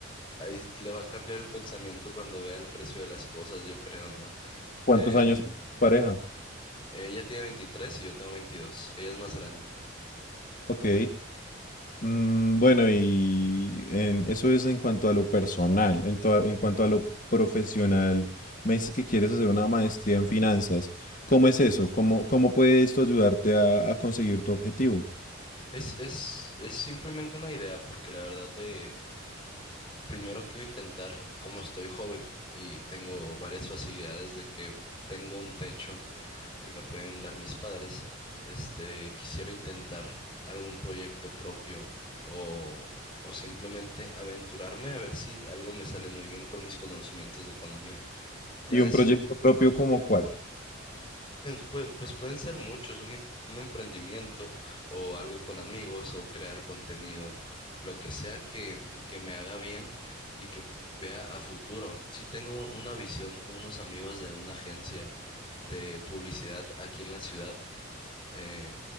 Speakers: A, on the left (about 25°); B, on the left (about 40°).
A: ahí sí le va a cambiar el pensamiento cuando vea el precio de las cosas, yo creo, ¿no?
B: ¿Cuántos
A: Eh,
B: años tienes pareja?
A: ella tiene 23 y yo tengo veintidós ella es más grande.
B: Ok. Mm, bueno, y en- eso es en cuanto a lo personal. En, toa- en cuanto a lo profesional, me dices que quieres hacer una maestría en finanzas. ¿Cómo es eso? ¿Cómo, cómo puede esto ayudarte a, a conseguir tu objetivo?
A: Es, es, es simplemente una idea porque la verdad de primero quiero intentar, como estoy joven y tengo varias facilidades de que tengo un techo que me pueden dar mis padres, este, quisiera intentar algún proyecto propio o, o simplemente aventurarme a ver si algo me sale muy bien con mis conocimientos de economía. Ya
B: ¿Y
A: des-
B: un proyecto propio como cuál?
A: pues, pue- pues pueden ser muchos, un, em- un emprendimiento o algo con amigos o crear contenido, lo que sea que, que me haga bien y que vea a futuro. Si tengo un- una visión con unos amigos de una agencia de publicidad aquí en la ciudad, eh,